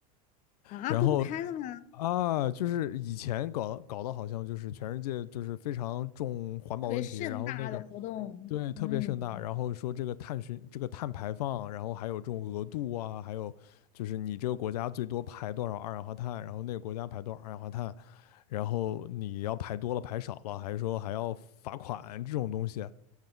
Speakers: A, on the left; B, on the left.
A: 啊都不开了吗？
B: 然后啊，就是以前搞搞的好像就是全世界就是非常重环保问题，
A: 特别盛大的活动，
B: 然后那个对，特别盛大。
A: 嗯
B: 然后说这个碳循、这个碳排放，然后还有这种额度啊，还有就是你这个国家最多排多少二氧化碳，然后那个国家排多少二氧化碳，然后你要排多了排少了，还是说还要罚款这种东西。